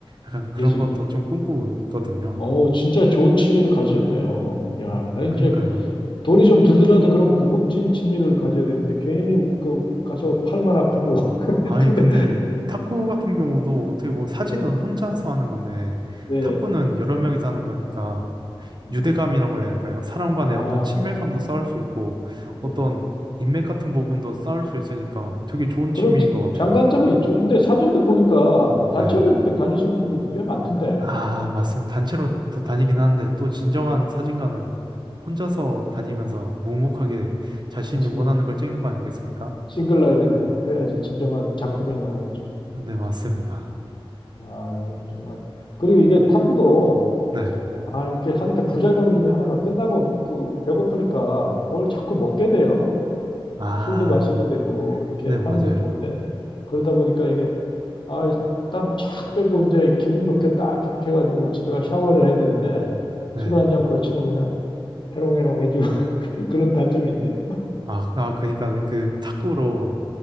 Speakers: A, on the right (about 50°); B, on the left (about 60°).
A: 약간 그런
B: 예술이다.
A: 것도 좀 꿈꾸고 있거든요.
B: 어, 진짜 좋은 취미를 가지셨네요. 야,
A: 아,
B: 나 이제
A: 그니까요.
B: 돈이 좀 들더라도 그런 고급진 취미를 가져야 되는데 괜히 그 가서 팔만 아프고. <laughs>
A: 아니,
B: 근데
A: 근데 탁구 같은 경우도 어떻게 보면 사진은
B: 예.
A: 혼자서 하는 건데,
B: 예.
A: 탁구는 여러 명이서 하는 거니까,
B: 음.
A: 유대감이라고 해야 할까요? 사람 간의
B: 아,
A: 어떤 친밀감도 쌓을 수 있고, 어떤
B: 예.
A: 인맥 같은 부분도 쌓을 수 있으니까 되게 좋은
B: 그런
A: 취미인
B: 지-
A: 것 같아요.
B: 장단점이 있죠. 근데 사진도 보니까 단체로
A: 네.
B: 이렇게 다니시는 분들도 꽤 많던데.
A: 아, 맞습니다. 단체로 또 다니긴
B: 예.
A: 하는데, 또 진정한
B: 예,
A: 사진가는 혼자서 다니면서 묵묵하게 자신이
B: 맞습니다.
A: 원하는 걸 찍는 거 아니겠습니까?
B: 싱글 라이드를 해- 해야지 진정한 작품이 나오겠죠.
A: 네, 맞습니다.
B: 아, 오늘 정말. 그리고 이게 탁구도,
A: 네.
B: 아, 이렇게 하는 게 부작용 중에 하나가 끝나고 그 배고프니까 뭘 자꾸 먹게 돼요.
A: 아,
B: 술도 마시게 되고, 이렇게
A: 네,
B: 하는
A: 맞아요.
B: 건 좋은데, 그러다 보니까 이게, 아, 땀 쫙 빼고 이제 기분 좋게 딱 이렇게 해가지고 집에 가 샤워를 해야 되는데,
A: 네.
B: 술 한 잔 걸치면 그냥 해롱해롱해지고, <laughs> 그- 그런 단점이 있네요.
A: 아, 아, 그러니까 그 탁구로